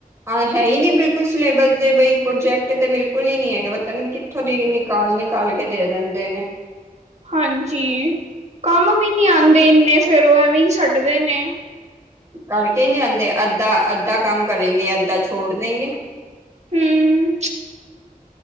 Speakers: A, on the right; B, on the right.
A: ਹਾਂ ਹੈ ਹੀ ਨਹੀਂ ਬਿਲਕੁਲ ਸਿਲੇਬਸ ਦੇ ਬਈ ਪ੍ਰੋਜੈਕਟ ਤੇ ਬਿਲਕੁਲ ਹੀ ਨੀ ਹੈਗਾ ਪਤਾ ਨੀ ਥੋਂ ਦੀ ਨਿਕਾਲ- ਨਿਕਾਲ ਕੇ ਦੇ ਦਿੰਦੇ ਨੇ।
B: ਹਾਂਜੀ। ਕੰਮ ਵੀ ਨੀ ਆਦੇ, ਇੰਨੇ ਫੇਰ ਉਹ ਐਵੇਂ ਹੀ ਛੱਡਦੇ ਨੇ।
A: ਕਰਕੇ ਨਹੀਂ ਆਂਦੇ। ਅੱਧਾ-ਅੱਧਾ ਕੰਮ ਕਰੇਗੇ, ਅੱਧਾ ਛੋੜ ਦੇਗੇ।
B: ਹੂੰ,